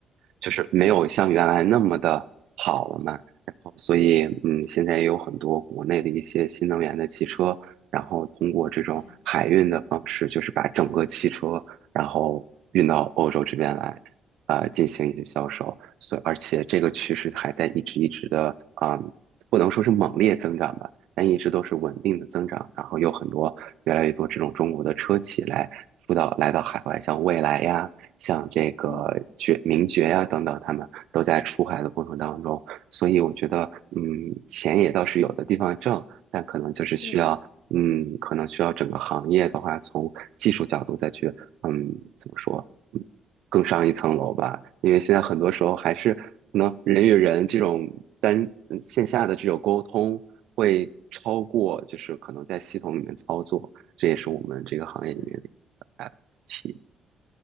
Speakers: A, on the right; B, on the left.
A: 就是没有像原来那么的好了嘛。然后，所以嗯，现在也有很多国内的一些新能源的汽车，然后通过这种海运的方式，
B: 对，
A: 就是把整个汽车然后运到欧洲这边来，呃，进行一些销售。所以，而且这个趋势还在一直一直的，嗯，不能说是猛烈增长吧。但一直都是稳定的增长，然后有很多越来越多这种中国的车企来出到来到海外，像蔚来呀，像这个爵名爵呀、
B: 嗯，
A: 等等，他们都在出海的过程当中，所以我觉得，嗯，钱也倒是有的地方挣，但可能就是需要，
B: 对
A: 嗯，可能需要整个行业的话，从技术角度再去，嗯，怎么说，嗯更上一层楼吧。因为现在很多时候还是可能人与人这种单嗯线下的这种沟通会超过，就是可能在系统里面操作，这也是我们这个行业里面的一个
B: 对。
A: 题。